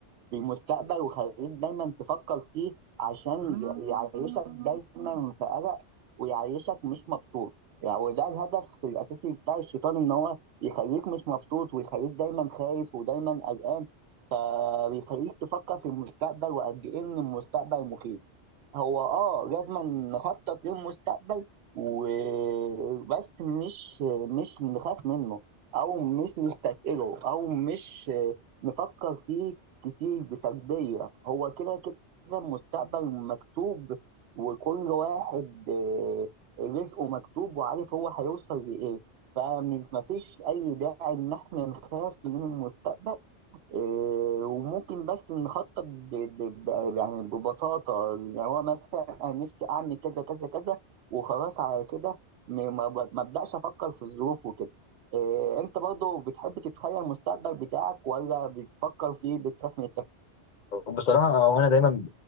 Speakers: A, on the right (about 70°); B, on the left (about 55°).
A: بالمستقبل ويخليك دايما تفكر فيه عشان ي- يعيشك دايما في قلق ويعيشك مش مبسوط يعني وده الهدف الأساسي بتاع الشيطان إن هو يخليك مش مبسوط ويخليك دايما خايف ودايما قلقان فبيخليك تفكر في المستقبل وقد ايه ان المستقبل مخيف هو اه لازم نخطط للمستقبل وبس مش مش نخاف منه او مش نستثقله او مش نفكر فيه كتير بسلبية هو كده كده المستقبل مكتوب وكل واحد آه، رزقه مكتوب وعارف هو هيوصل لإيه فمش مفيش أي داعي إن إحنا نخاف من المستقبل إيه، وممكن بس نخطط ب... ب... ب... يعني ببساطة يعني هو مثلا أنا نفسي أعمل كذا كذا كذا وخلاص على كده م- ما ب- ما أبدأش أفكر في الظروف وكده إيه، أنت برضو بتحب تتخيل المستقبل بتاعك ولا بتفكر فيه بتخاف من التفكير؟
B: بصراحه هو انا دايما